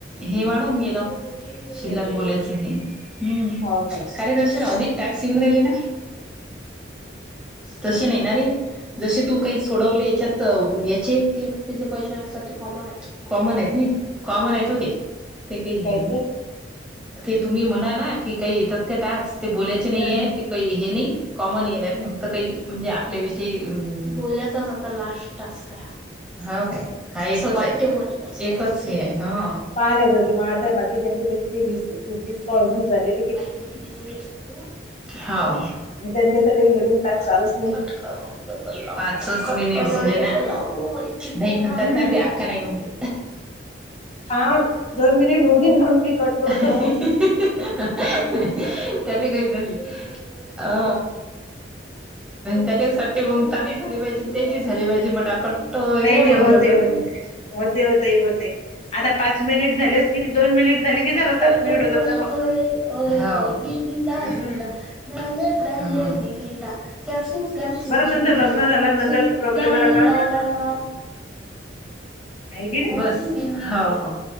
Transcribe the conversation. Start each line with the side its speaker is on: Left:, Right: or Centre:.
Centre: हे वाढून गेलं शिल्लक
Left: हम्म
Centre: बोलायचं हे हम्म
Left: हो काय
Centre: कार्यदर्शन अधिक टाॅक् सिम राल ना तशी नाही ना रे जसे तू काही सोडवले याच्यात याचे ते त्याचे पैसे असतात ते कॉमन आहेत कॉमन आहेत ना कॉमन आहेत हो ते ते काही हे
Left: कायचे
Centre: नाही ते तुम्ही म्हणा ना की काही येतात का टास्क ते बोलायचे नाही
Left: हम्म
Centre: आहे
Left: हम्म
Centre: ते काही हे नाही कॉमन येल आहेत
Left: हम्म
Centre: फक्त काही म्हणजे आपल्याविषयी बोल्याचाच आता लास्ट टस् का हो काय हा एकच आहे एकच आहे हो
Left: पानय ज त म आताय बाकी ज्यांचीीस कळून झाली
Centre: बा किती झा हो
Left: मी त्यांच्या काही नवीन टास्क आलाच
Centre: पाच मट झा नाही म्हणतात
Left: हम्म
Centre: ना तेी अक्का नाही म्हणते
Left: हा दोन मिनिट होऊ दे महगी कट करतो.
Centre: हम्म ही ही ही ही हा हा ही ही ही त्याले घाई झाली अ त्यासाठीट मग त्याली झाली पाहिजे त्याची झाली पाहिजे फटा फट. त
Left: नाही
Centre: हे होऊन
Left: नाही होते
Centre: जातात
Left: होते
Centre: हम्म
Left: होते होते होते. आता पाच मिनिट झालेच की नाही, दोन मिनिट झाले की झालं सात
Centre: हम्म हम्म
Left: मिनिट होतात ना मग
Centre: अ अ. अ िला
Left: हम्म.
Centre: लिला <inaudible> मैने पले झला कपू कॅपू
Left: बरं
Centre: िला
Left: तुमचं लग्न झाल्यानंतर प्रॉब्लेम
Centre: डल
Left: आला का
Centre: ला
Left: ते
Centre: लाल
Left: आहे की नाही.
Centre: हो